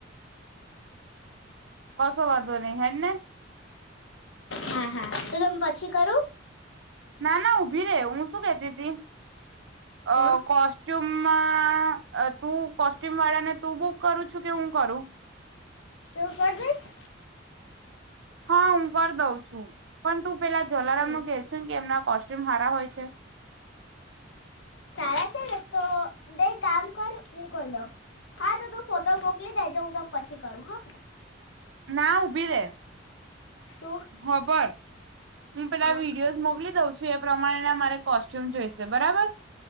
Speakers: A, on the right (about 65°); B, on the left (about 80°).
A: કસો વાંધો નહી હેને.
B: હા હા તો તમે પછી કરું
A: ના ના ઉભી રે હું શું કેતી હતી
B: હા
A: અ કોસ્ટુબ તુંમા અ કોસ્ટ્યુમ વાળાને તું બુક કરું છું કે હું કરું.
B: તો કર દેશ
A: હા હું કરી દઉં છું પણ તું પેલા જલારામ
B: હમ
A: નું કહે છ કે એમ કોસ્ટ્યુમ હારા હોય છે.
B: સારા છે તો બે કામ કર હું કરી દઉ હા તો તું ફોટો મોકલી દે જા હું તમ પછી કરું હા.
A: ના ઉભી રે
B: તું
A: હબર હું પેલા
B: હા
A: વિડીયોઝ મોકલી દઉં સુ એ પ્રમાણે મારે કોસ્ટ્યુમ જોઈશે બરાબર